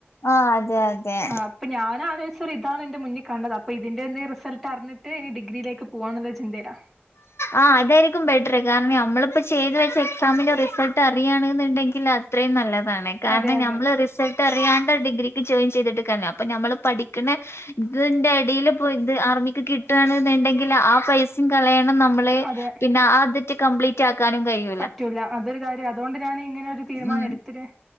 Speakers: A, on the left; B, in the centre.
A: ആഹ് അതെ അതെ
B: ആ്ഹ് അപ്പൊ ഞാന ആലോചിച്ചരി ഇതാണ് എന്റെ മുന്നിൽ കണ്ടത് അപ്പൊ ഞാൻ ആലോചിച്ചു ഇതാണ് എന്റെ മുന്നിൽ കണ്ടത് ഇതിന്റെ എന്ത് റിൾട്ട് അറിഞ്ഞിട്ട് ഇ ഡിഗ്രിേ പോവാ എന്നുള്ള ചിന്തതില്ലാണ്
A: ആ അതായിരിക്കും ബെറ്ററ് കാരണം നമ്മളിപ്പോ ചെയ്ത് വെച്ച ആ അതായിരിക്കും ബെറ്റർ എക്സാമിന്റെ റിസൾട്ട് അറിയണെന്നുണ്ടെങ്കിൽ അത്രയും നല്ല കാരണം
B: അതെ അതെ
A: നമ്മള് റിസൾട്ട് അറിയാണ്ട ഡിഗ്രിക്ക് ജോയിൻ ചെയ്തിട്ട് കാര്യമില്ല അപ്പൊ നമ്മള് പഠിക്കണ ഇതിന്റെ ഇടിൽ പോയി ഇത് ഇതു ഇതിന്റെ ഇടയിൽ ആർമിക്ക് കിട്ടുകവാണെന്നുണ്ടെങ്കിൽ ആ പൈസയും കളയണ്ട നമ്മൾ
B: അതെ
A: പിന്നെ ആ് കപ്ലീറ്റആക്കാനും നും കഴിയും
B: പറ്റൂല അതൊരു കാര്യം അതുകൊണ്ട് ഞാൻ ഇങ്ങനെ ഒരു തീരുമാനം
A: ഉം
B: എടുത്തിട്ടേ